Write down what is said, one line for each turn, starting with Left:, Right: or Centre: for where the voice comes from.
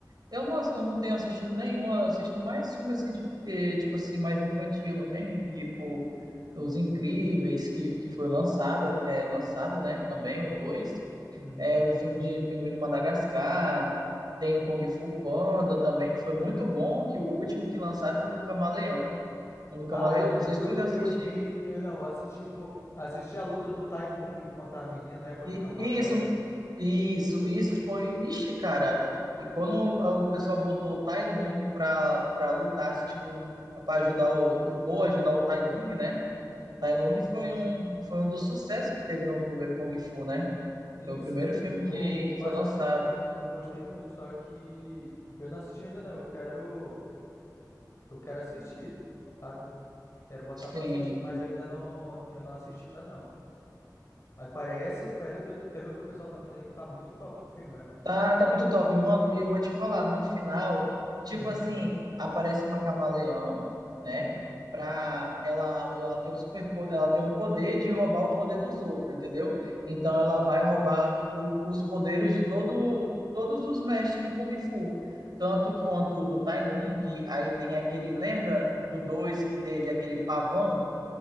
Right: eu não, ass- eu não tenho assistido nenhum, eu assisto mais filme assim, de, eh, tipo assim, mais infantil, não tem? Tipo, Os Incríveis,
Left: uhum,
Right: que, que foi lançado, é, lançado, né? Também o 2
Left: uhum.
Right: é, o filme de Pinguim de Madagascar, tem o Kung Fu Panda também, que foi muito bom, que o último que lançaram foi do Camaleão, um do Camaleão,
Left: Ah, eu,
Right: não sei
Left: eu,
Right: se tu já
Left: eu
Right: assistiu.
Left: vi, eu não, assisti, pô, assisti a luta do Tai Lung contra a menina, né, contra
Right: E
Left: a Camaleão.
Right: isso, isso, isso foi, ixi, cara, e quando o pessoal botou o Tai Lung pra, pra lutar, se, tipo, pra ajudar o, o Po, ajudar o Tai Lung, né? Tai Lung foi um, foi um dos sucessos que teve no primeiro Kung Fu, né?
Left: Sim,
Right: Foi o primeiro
Left: sim, ca-
Right: filme
Left: eu
Right: que, que
Left: particularmente,
Right: foi lançado.
Left: eu gostei muito, só que eu não assisti ainda não, eu quero, eu quero assistir, sabe? Quero botar
Right: Sim.
Left: pra assistir, mas eu ainda não, eu não assisti ainda não. Mas parece, pelo que, eu tô- pelo que o pessoal tá me dizendo, que tá muito top o filme, é.
Right: Tá, tá muito top, mano. E eu vou te falar, no final, tipo
Left: Uhum,
Right: assim, aparece uma camaleão, né?
Left: uhum.
Right: Pra ela, ela tem um super, po- ela tem um poder de roubar o poder dos outros, entendeu? Então ela vai roubar o- os poderes de todo, todos os mestres de Kung Fu, tanto quanto do Tai Lung. Aí tem aquele, lembra do dois que teve aquele pavão,